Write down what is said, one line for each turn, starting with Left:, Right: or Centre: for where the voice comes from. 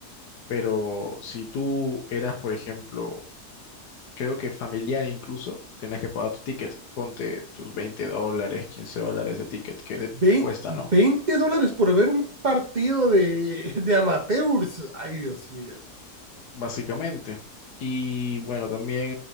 Left: Pero si tú eras, por ejemplo, creo que familiar incluso, tenías que pagar tu ticket. Ponte tus 20 dólares, 15 dólares de ticket que te,
Right: veinte
Left: te cuesta,
Right: 20
Left: ¿no?
Right: dólares por ver un partido de, <laughs> de amateurs. Ay, Dios mío.
Left: Básicamente. Y bueno, también,